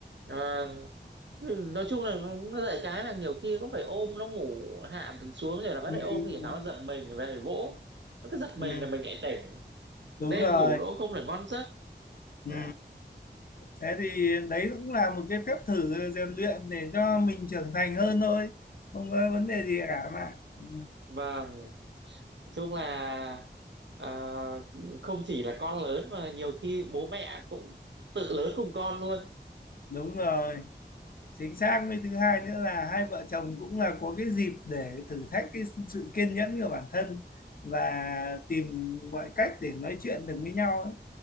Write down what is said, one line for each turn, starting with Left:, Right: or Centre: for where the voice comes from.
Right: ờ, ừ, nói chung là nó dạy cái là nhiều khi cũng phải ôm nó ngủ hạ xuống rồi là bắt
Left: ừ,
Right: lại ôm thì tháo nó giật mình về vỗ nó cứ giật mình
Left: ừ,
Right: là mình lại tỉnh
Left: đúng
Right: đêm
Left: rồi
Right: ngủ nó cũng không được ngon giấc
Left: ừ.
Right: Dạ.
Left: thế thì đấy cũng là một cái phép thử rèn luyện để cho mình trưởng thành hơn thôi không có vấn đề gì cả mà ừ,
Right: vâng nói chung là ờ, không chỉ là con lớn mà nhiều khi bố mẹ cũng tự lớn cùng con luôn
Left: đúng rồi chính xác với thứ hai nữa là hai vợ chồng cũng là có cái dịp để thử thách cái sự kiên nhẫn của bản thân và tìm mọi cách để nói chuyện được với nhau ấy.